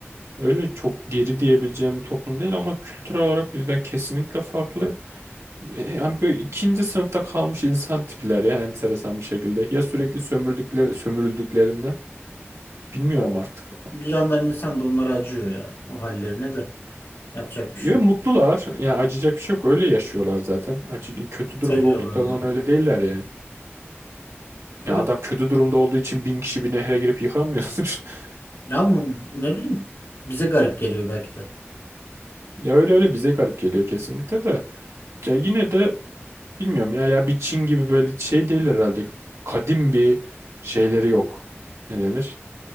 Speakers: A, on the right; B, on the left.
A: Öyle çok geri diyebileceğim bir toplum değil ama kültürel olarak bizden kesinlikle farklı. Ve Yani böyle ikinci sınıfta kalmış insan tipler ya enteresan bir şekilde. Ya sürekli sömürdükleri, sömürüldüklerinden bilmiyorum
B: O,
A: artık.
B: bir yandan insan da onlara acıyor ya. O hallerine de. Yapacak bir
A: Ya
B: şey yok.
A: mutlular. Ya acıyacak bir şey yok. Öyle yaşıyorlar zaten. Acı, kötü
B: Seviyorlar
A: durumda olduklarından
B: bir de.
A: öyle değiller yani.
B: Öyle.
A: Ya adam kötü durumda olduğu için bin kişi bir nehre girip yıkanmıyordur. <laughs>
B: Ya bu ne bileyim. Bize garip geliyor belki de.
A: Ya öyle öyle bize garip geliyor kesinlikle de. Ya yine de Bilmiyorum ya ya bir Çin gibi böyle şey değil herhalde. Kadim bir şeyleri yok. Ne denir?